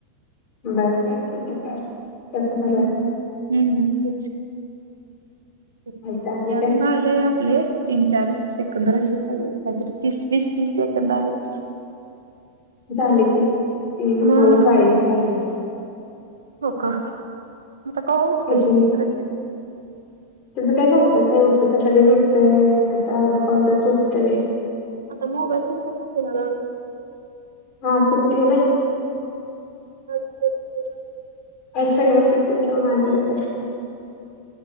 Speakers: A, on the left; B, on the right.
A: बर बर ठीक आहे चालेल कसं करूयाेत.
B: हम्म हम्म तेच ते
A: चालतं आणि
B: अजून
A: काय
B: राहिलेय आपले. तीन चार सेकंद राहिले पाहिजे काहीतरी तीस वीस तीस सेकंद आहेत.
A: झाले की नऊचाळीस
B: हम्म
A: झालेत.
B: हो का का उठतय
A: अजून
B: कदाित.
A: त्याचं काही सांगतात नाही उठलं तर लगेच उठते नाही तर अ कोणतच झुपते.
B: आता मोबाईल प
A: हा सुट्टी आहे ना.
B: <unintelligible>
A: आज शनिवार सुट्टी असल्यामूळ माझ्याडेच आहे.